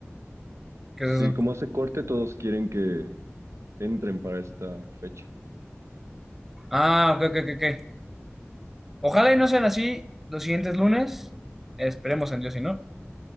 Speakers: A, in the centre; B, on the right.
A: ¿Qué
B: Sí,
A: es eso?
B: como hace corte, todos quieren que entren para esta fecha.
A: Ah, ok, ok, ok. ok. Ojalá y no sean así los siguientes lunes. Esperemos en Dios, si no.